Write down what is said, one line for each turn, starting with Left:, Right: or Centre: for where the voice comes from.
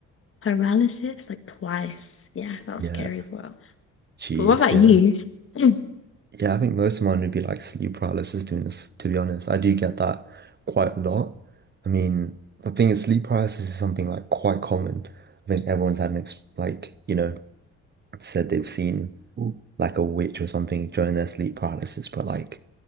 Left: paralysis like twice. Yeah, that was
Right: Yeah.
Left: scary as well.
Right: Jeez.
Left: But what about
Right: Yeah.
Left: you? <laughs> <clears throat>
Right: Yeah, I think most of mine would be like sleep paralysis doing this, to be honest. I do get that quite a lot. I mean, the thing is, sleep paralysis is something like quite common. I think everyone's had an ex like, you know, said they've seen like a witch or something during their sleep paralysis. But like,